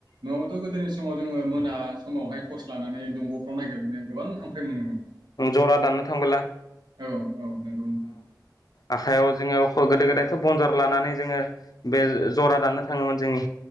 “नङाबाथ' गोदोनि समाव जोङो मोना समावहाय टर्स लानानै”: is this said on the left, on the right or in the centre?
Right